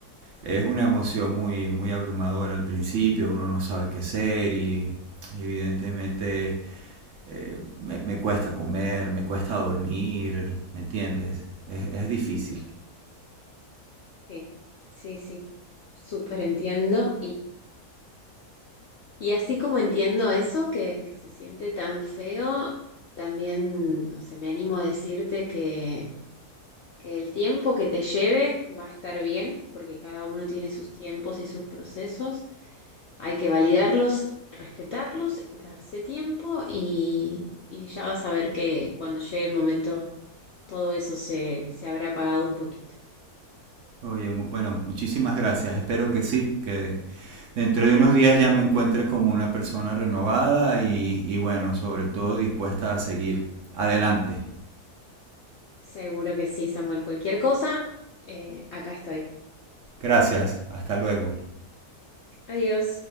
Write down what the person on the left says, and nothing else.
Sí, sí, sí, súper entiendo Y así como entiendo eso, que, que se siente tan feo, también, no sé, me animo a decirte que, que el tiempo que te lleve va a estar bien, porque cada uno tiene sus tiempos y sus procesos. Hay que validarlos, respetarlos, darse tiempo y, y ya vas a ver que cuando llegue el momento todo eso se, se habrá apagado un poquito.
Seguro que sí, Samuel. Cualquier cosa, eh, acá estoy.
Adiós.